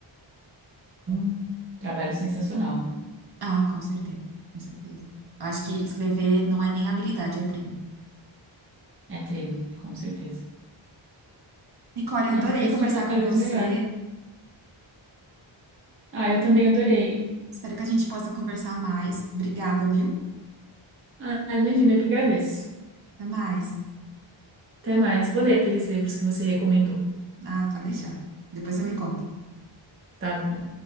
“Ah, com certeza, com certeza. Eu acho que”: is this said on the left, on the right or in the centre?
Right